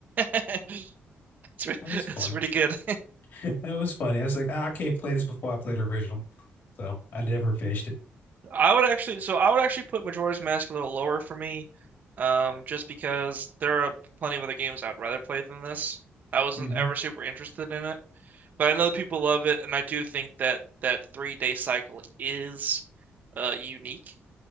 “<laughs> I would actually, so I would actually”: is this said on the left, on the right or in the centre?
Right